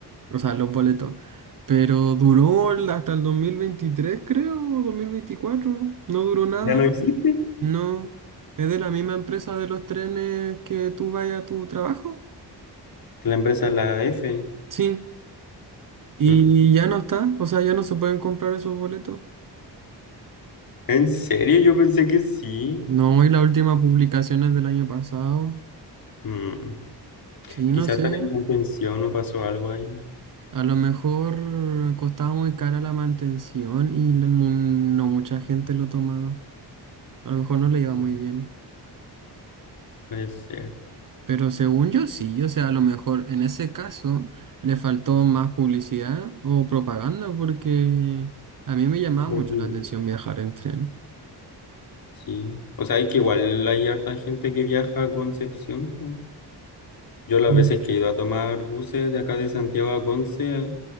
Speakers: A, on the right (about 50°); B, on the left (about 55°).
A: o sea, los boletos. Pero duró el- hasta el 2023, creo, o 2024. No duró nada.
B: ¿Ya no existe?
A: No. ¿Es de la misma empresa de los trenes que tú vayas a tu trabajo?
B: La empresa La F.
A: Sí. Y
B: Mm,
A: ya no está, o sea, ya no se pueden comprar esos boletos.
B: ¿En serio? Yo pensé que sí.
A: No, y la última publicación es del año pasado.
B: Mm.
A: Sí,
B: Quizás
A: no sé,
B: están en mantención o pasó algo ahí.
A: a lo mejor costaba muy cara la mantención y la- mu- no mucha gente lo tomaba. A lo mejor no le iba
B: ¿no?
A: muy bien.
B: Puede ser.
A: Pero según yo sí, o sea, a lo mejor en ese caso le faltó más publicidad o propaganda porque a mí me llamaba
B: Porque
A: mucho la atención viajar en tren.
B: sí. O sea, es que igual hay harta gente que viaja a Concepción. po. Yo las
A: Mm.
B: veces que he ido a tomar buses de acá de Santiago a Conce,